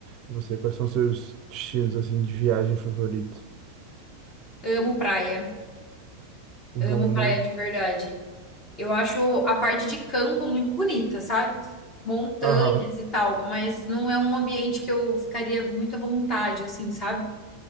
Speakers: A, on the right; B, on the left.
A: Você, quais são os seus destinos, assim, de viagem favorito?
B: Amo praia,
A: Bom,
B: amo praia
A: né?
B: de verdade. Eu acho a parte de campo muito bonita, sabe? Montanhas
A: Aham,
B: e tal, mas não é um ambiente que eu ficaria muito à vontade, assim, sabe?